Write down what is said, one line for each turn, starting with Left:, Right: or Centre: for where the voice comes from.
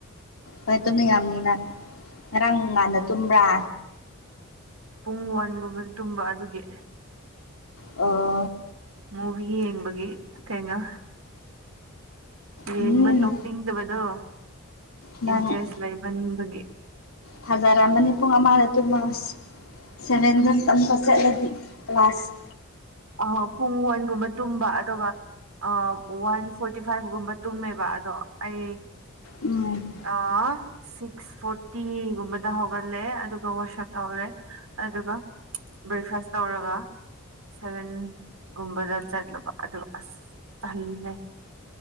Left: ꯍꯣꯏ ꯇꯨꯝꯅꯤꯡꯉꯥꯝꯅꯤ ꯅꯪ ꯉꯔꯥꯡ ꯉꯥꯟꯅ ꯇꯨꯝꯕ꯭ꯔꯥ
Right: ꯄꯨꯡ ꯋꯥꯟꯒꯨꯝꯕꯗ ꯇꯨꯝꯕ ꯑꯗꯨꯒꯤ
Left: ꯑꯣ
Right: ꯃꯨꯚꯤ ꯌꯦꯡꯕꯒꯤ ꯀꯩꯅꯣ ꯌꯦꯡꯕ
Left: ꯎꯝ
Right: ꯇꯣꯛꯅꯤꯡꯗꯕꯗꯣ
Left: ꯅꯪ
Right: ꯏꯟꯇꯔꯦꯁ ꯂꯩꯃꯥꯟꯕꯒꯤ
Left: ꯐꯖꯔꯝꯃꯅꯤ ꯄꯨꯡ ꯑꯃꯗ ꯇꯨꯝꯃꯒ ꯁꯦꯚꯦꯟꯗ ꯇꯝꯕ ꯆꯠꯂꯗꯤ ꯀ꯭ꯂꯥꯁ
Right: ꯑꯥꯍꯣ ꯄꯨꯡꯑꯣꯟꯒꯨꯝꯕ ꯇꯨꯝꯕ ꯑꯗꯨꯒ ꯑꯥ ꯋꯥꯟ ꯐꯣꯔꯇꯤ ꯐꯥꯏꯚ ꯒꯨꯝꯕ ꯇꯨꯝꯃꯦꯕ ꯑꯗꯣ ꯑꯩ
Left: ꯎꯝ
Right: ꯑꯥ ꯁꯤꯛꯁ ꯐꯣꯔꯇꯤꯒꯨꯝꯕꯗ ꯍꯧꯒꯠꯂꯦ ꯑꯗꯨꯒ ꯋꯥꯁꯞ ꯇꯧꯔꯦ ꯑꯗꯨꯒ ꯕ꯭ꯔꯦꯛꯐꯥꯁ ꯇꯧꯔꯒ ꯁꯚꯦꯟꯒꯨꯝꯕꯗ ꯆꯠꯂꯕ ꯑꯗꯨ ꯑꯁ ꯇꯜꯂꯦ